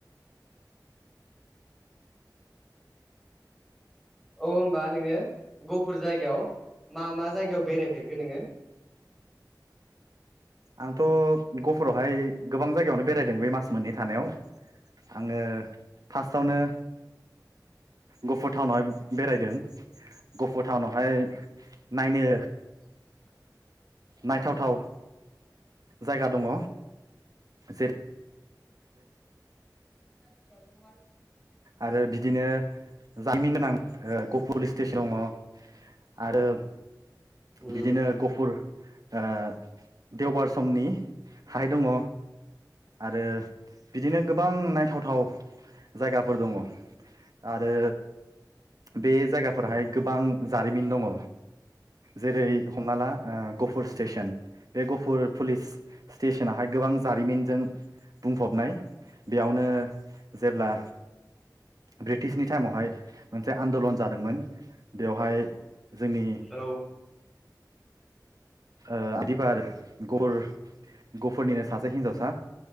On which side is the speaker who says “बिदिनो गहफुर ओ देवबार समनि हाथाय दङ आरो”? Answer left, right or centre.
Right